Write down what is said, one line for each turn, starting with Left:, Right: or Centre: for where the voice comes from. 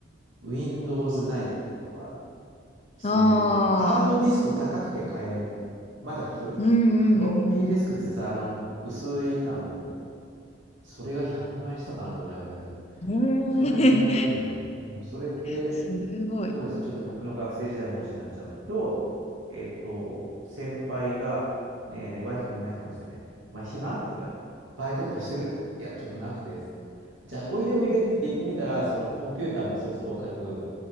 Right: Windows ないとか、そういう、
Left: ああ、
Right: ハードディスク高くて買えないとかね、まだフ、
Left: うん
Right: フロッピーディスクってさ、
Left: うん
Right: あの、薄い板のこう、それが100万円したかな、ドライブだけで。
Left: うんうん。
Right: そんな時代だけどね。
Left: ええ
Right: うん、それって、
Left: <laughs> すごい。
Right: そうです。ちょっと僕の学生時代の話になっちゃうんだけど、えっと、先輩が、ねえねえ、和く君、和く君っつってね、まあ、暇って言われて、バイトとかしてるって、いや、ちょっとなくて、つって。じゃあ、おいでおいでって言ってみたら、そのコンピューターのソフトを書く、